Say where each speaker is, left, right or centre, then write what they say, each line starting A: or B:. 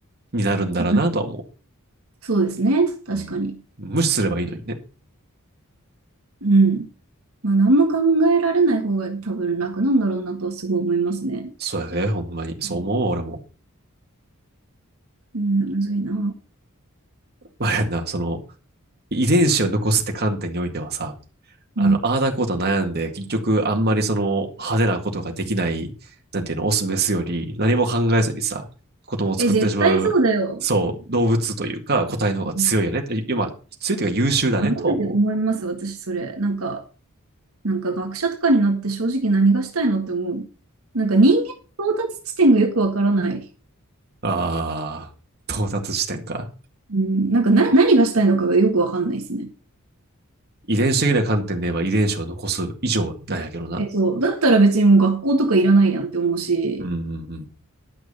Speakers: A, on the right (about 45°); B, on the right (about 70°).
A: になるんだろうなとは思
B: うん。そうですね。確かに。
A: う。うん、無視すればいいのにね。
B: うん。まあ、何も考えられない方が多分楽なんだろうなとはすごい思いますね。
A: そうやで、ほんまに。そう思うわ俺も。
B: うん、うんむずいな。
A: まあ、やんな、その、遺伝子を残すって観点においてはさ、あの、
B: うん。
A: ああだこうと悩んで、結局あんまりその派手なことができない、なんていうの、オスメスより何も考えずにさ、子供を作ってしまう、
B: え、絶対そうだよ。
A: そう、動物というか個体の方が強いよね。
B: うん
A: 今、強いというか優秀だねとは思
B: いやマジで思います、私、それ。なんか、
A: う。うん
B: なんか学者とかになって正直何がしたいのって思う。なんか人間の到達地点がよくわからない。
A: ああ、到達地点か。
B: うん、なんかな、何がしたいのかがよくわかんないですね。
A: 遺伝子的な観点で言えば遺伝子を残す以上なんやけどな。
B: え、そう。だったら別にもう学校とかいらないやんって思うし、
A: うんうんうん。